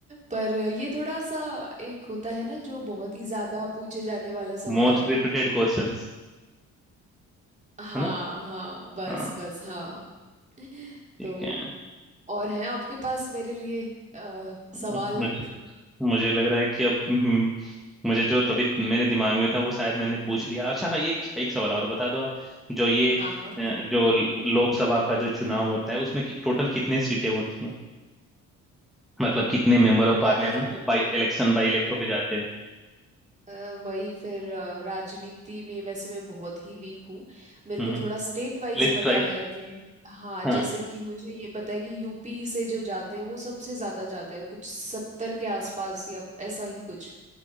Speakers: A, on the right; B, in the centre.
A: पर ये थोड़ा सा एक होता है ना जो बहुत ही ज्यादा पूछे जाने वाला सवाल
B: मोस्ट
A: है
B: रिपीटेड क्वेश्चंस
A: हाँ
B: है ना
A: हाँ बस
B: हाँ
A: बस हाँ <laughs>
B: ठीक
A: तो
B: है
A: और हैं आपके पास मेरे लिए अ, सवाल
B: अ, मुझे मुझे लग रहा है कि अब हम्म, मुझे जो तभी मेरे दिमाग में था वो शायद मैंने पूछ लिया अच्छा हाँ एक एक सवाल और बता दो आप जो ये
A: हाँ हाँ
B: अ, जो ल- लोकसभा का जो चुनाव होता है उसमें कि, टोटल कितने सीटें होती हैं मतलब कितने member of
A: यार
B: parliament by election by elect होके जाते हैं
A: अ, वही फिर अ, राजनीति में वैसे मैं बहुत ही वीक हूँ मेरे
B: Hmm
A: को थोड़ा स्टेट वाइज
B: let's
A: पता
B: try
A: है जैसे हाँ
B: हाँ
A: जैसे कि मुझे ये पता है कि यूपी से जो जाते हैं वो सबसे ज्यादा जाते हैं कुछ सत्तर के आसपास या ऐसा ही कुछ